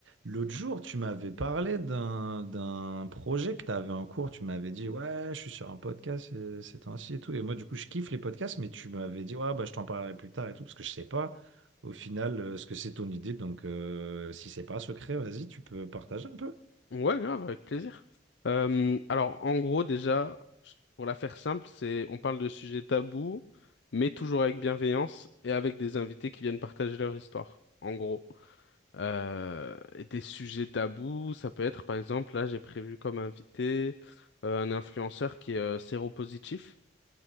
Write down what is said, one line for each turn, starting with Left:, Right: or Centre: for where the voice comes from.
Right: L'autre jour, tu m'avais parlé d'un d'un projet que tu avais en cours. Tu m'avais dit, ouais, je suis sur un podcast euh, ces temps-ci et tout. Et moi, du coup, je kiffe les podcasts, mais tu m'avais dit, ouais, bah, je t'en parlerai plus tard et tout, parce que je sais pas au final euh, ce que c'est ton idée. Donc, euh, si c'est pas secret, vas-y, tu peux partager un peu.
Left: Ouais, grave, avec plaisir. Euh, alors, en gros, déjà, je- pour la faire simple, c'est on parle de sujets tabous, mais toujours avec bienveillance et avec des invités qui viennent partager leur histoire, en gros. Euh, et des sujets tabous, ça peut être, par exemple, là, j'ai prévu comme invité euh, un influenceur qui est euh, séropositif